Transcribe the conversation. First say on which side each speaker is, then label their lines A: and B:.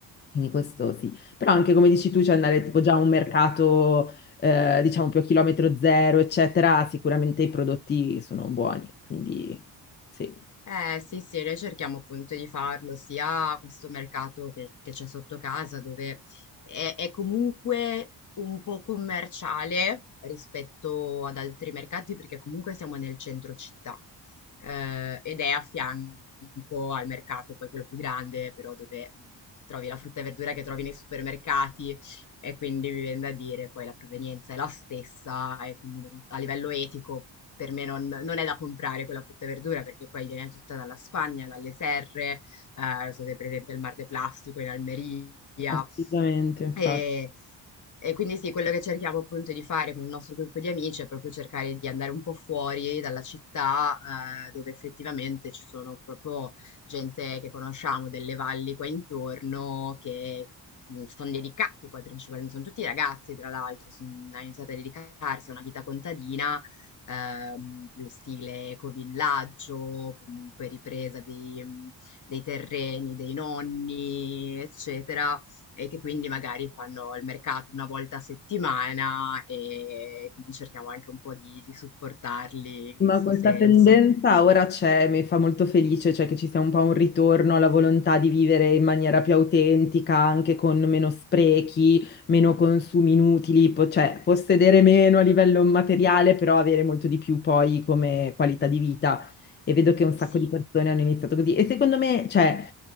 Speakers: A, on the left; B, on the left.
A: Quindi questo sì. Però anche come dici tu, c'è andare tipo già a un mercato eh, diciamo più a chilometro zero, eccetera, sicuramente i prodotti sono buoni, quindi sì,
B: Eh sì, sì, noi cerchiamo appunto di farlo sia a questo mercato che che c'è sotto casa, dove è, è comunque un po' commerciale rispetto ad altri mercati, perché comunque siamo nel centro città, eh, ed è a fianco al mercato, poi quello più grande, però dove mh, trovi la frutta e verdura che trovi nei supermercati, e quindi mi viene da dire, poi la provenienza è la stessa, e quindi non- a livello etico per me non, non è da comprare quella frutta e verdura perché poi viene tutta dalla Spagna, dalle serre, eh, state presente il Mar de Plastico in Almeria.
A: assolutamente, infatti.
B: E, e quindi sì, quello che cerchiamo appunto di fare con il nostro gruppo di amici è proprio cercare di andare un po' fuori dalla città, eh, dove effettivamente ci sono proprio gente che conosciamo delle valli qua intorno che mh, sono dedicati poi principalmente, sono tutti ragazzi tra l'altro, son- hanno iniziato a dedicarsi a una vita contadina ehm, più stile ecovillaggio, comunque ripresa di, mh, dei terreni, dei nonni, eccetera, e che quindi magari fanno il mercato una volta a settimana e quindi cerchiamo anche un po' di, di supportarli in
A: Ma
B: questo
A: questa
B: senso.
A: tendenza ora c'è, mi fa molto felice, cioè che ci sia un po' un ritorno alla volontà di vivere in maniera più autentica, anche con meno sprechi, meno consumi inutili, po- cioè possedere meno a livello materiale, però avere molto di più poi come qualità di vita. e vedo che un sacco
B: Sì,
A: di persone hanno iniziato così. E secondo me, cioè,